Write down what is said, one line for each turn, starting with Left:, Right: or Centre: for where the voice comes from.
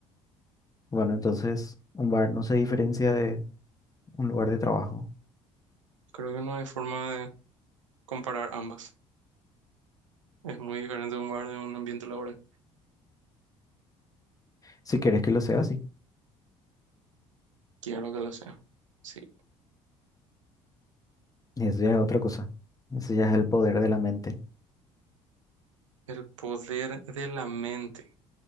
Left: bueno, entonces un bar no se diferencia de un lugar de trabajo.
Right: Creo que no hay forma de comparar ambas. Es muy diferente un bar de un ambiente laboral.
Left: Si quieres que lo sea así.
Right: Quiero que lo sea. Sí.
Left: Y Eso ya es otra cosa. Eso ya es el poder de la mente.
Right: El poder de la mente.